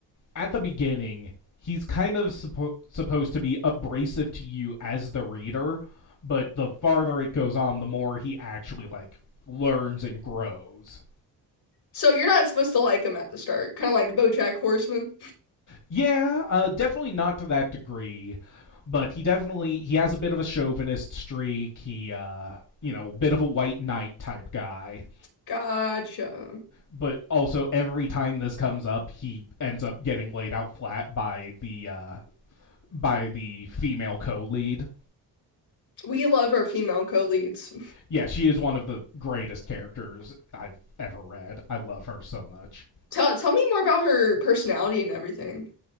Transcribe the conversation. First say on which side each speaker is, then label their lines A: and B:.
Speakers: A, on the left; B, on the left.
A: at the beginning, he's kind of suppo- supposed to be abrasive to you as the reader, but the farther it goes on, the more he actually like learns and grows.
B: So you're not supposed to like them at the start, kind of like BoJack Horseman.
A: Yeah, uh, definitely not to that degree, but he definitely he has a bit of a chauvinist streak. He, uh, you know, bit of a white knight type guy.
B: Gotcha.
A: But also, every time this comes up, he ends up getting laid out flat by the uh, by the female co-lead.
B: We love our female co-leads.
A: yeah, she is one of the greatest characters I've ever read. I love her so much.
B: Tell tell me more about her personality and everything.